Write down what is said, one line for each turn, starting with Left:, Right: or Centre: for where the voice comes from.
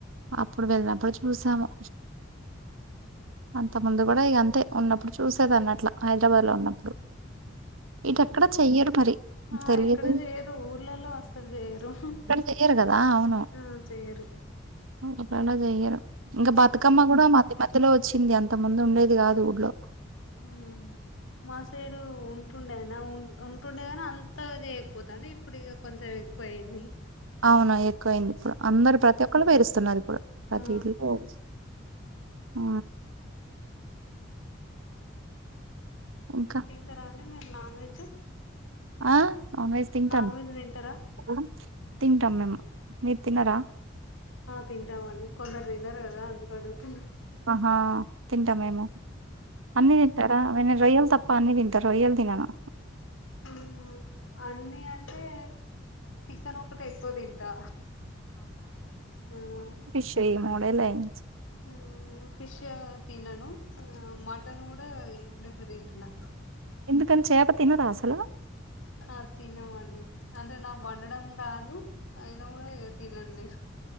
Right: అప్పుడు వెళ్ళినప్పుడు చూసాము అంత ముందు కూడా ఇగ అంతే ఉన్నప్పుడు చూసేదాన్ని అట్లా హైదరాబాద్ లో ఉన్నప్పుడు ఇటు ఎక్కడ
Left: మ్మ్
Right: చెయ్యరు మరి
Left: ఆ
Right: తెలియదు
Left: ఎక్కడ చేయరు ఊర్లల్లో అసలు చేయరు
Right: మొత్తం చెయ్యరు కదా అవును
Left: ఆ చేయరు
Right: ఊర్లల్లో చెయ్యరు ఇంగ బతుకమ్మ
Left: సిటీ
Right: కూడా మధ్య మధ్యలో వచ్చింది అంత ముందు ఉండేది కాదు ఊర్లో
Left: మ్మ్ మా సైడు ఉంటుండేనా ఉ ఉంటుండేగానీ అంతగా చేయక పోతాండే ఇప్ ప్పుడిగా కొంచెం ఎక్కువ అయ్యింది
Right: అవున ఎక్కువయింది ఇప్పుడు అందరు ప్రతి ఒక్కరు పేరుస్తున్నారు ఇప్పుడు ప్రతిది
Left: ఆ
Right: అవును ఆ ఇంకా
Left: తింటారా అండి మీరు నాన్ వెజ్
Right: ఆ నాన్వేజ్ తింటాను
Left: నాన్ వెజ్ తింటారా
Right: ఆ తింటం మేము మీరు తిన్నారా
Left: ఆ తింటామండి కొందరు తినరు కదా అందుకు అడుగుతున్నా
Right: ఆహా తింటా మేము అన్ని తింటారా నేను రొయ్యలు తప్ అన్ని తింట రొయ్యలు తినను
Left: హ్మ్ హు అన్ని అంటే చికెన్ ఒకటె ఎక్కువ తింటా మ్మ్
Right: ష్ అయ్యి మూడేళ్ళయింది
Left: మ్మ్ ఫిష్ ఆ తినను ఆ మటన్ కూడా ఇప్పుడు ఇప్పుడు తింటున్నా
Right: ఎందుకని చేప తినరా
Left: ఆ
Right: అసలు
Left: ఆ తినమండి అదే నా వండడం రాదు అయిన కూడ నేను తినను లే